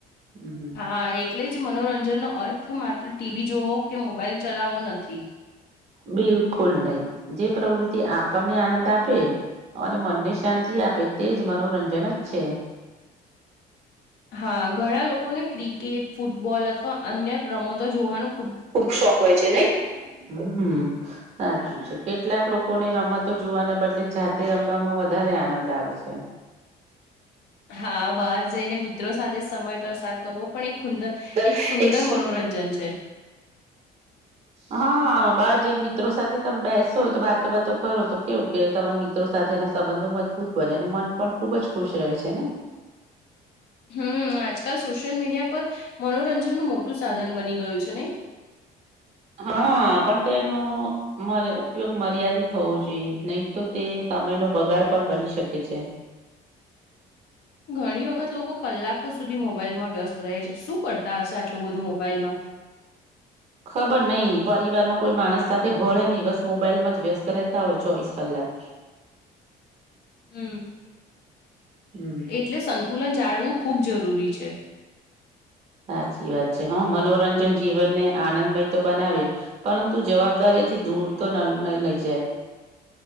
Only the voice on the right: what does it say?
હમ હમ
બિલકુલ નહી જે પ્રવૃતિ આપણને આનંદ આપે અને મનને શાંતિ આપે તેજ મનોરંજન જ છે
ખુબ શોખ હોય છે નહી હમ સાચું છે કેટલાક લોકોને રમતો જોવાને બદલે જાતે રમવામાં વધારે આનંદ આવે છે
અ
એક
હા બાર જને મિત્રો સાથે તમે બેસો તો વાતો વાતો કરો તો કેવું કે તમારા મિત્રો સાથેના સંબંધો મજબૂત બનેને મન પણ ખુબ જ ખુશ રહે છે ને
હા પણ તેનું રે ઉપયોગ મર્યાદિત થવો જોઈએ નહી તો તે સમય નો બગાડ પણ બની શકે છે
ખબર નહિ પરિવાર માં કોઈ માણસ સાથે ભળે નહીિ બસ મોબાઈલ માં જ વ્યસ્ત રહેતા હોય ચોવીસ કલાક
હમ
સાચી વાત છે હા મનોરંજન જીવનને આનંદમય તો બનાવે પરંતુ જવાબદારીથી દૂર તો લઈ જાય